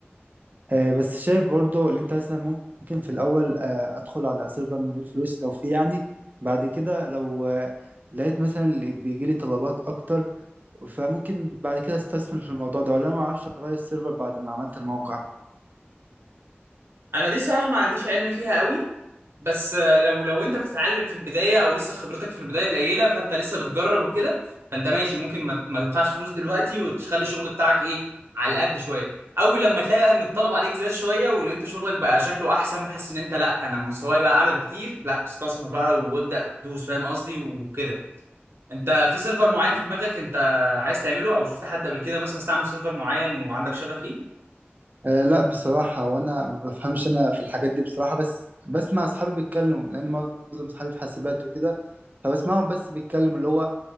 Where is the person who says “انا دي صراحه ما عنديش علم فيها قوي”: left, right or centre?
Right